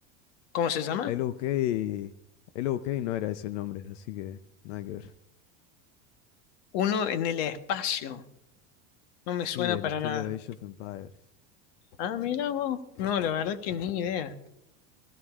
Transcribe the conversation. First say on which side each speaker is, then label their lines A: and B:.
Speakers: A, on the left; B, on the left.
A: ¿Cómo se llama?
B: Ahí lo busqué y. Ahí lo busqué y no era ese el nombre, así que nada que ver.
A: Uno en el espacio. No me
B: Sí,
A: suena
B: del
A: para
B: estilo
A: nada.
B: de Age of Empires.
A: Ah, mira vos. No, la verdad que ni idea.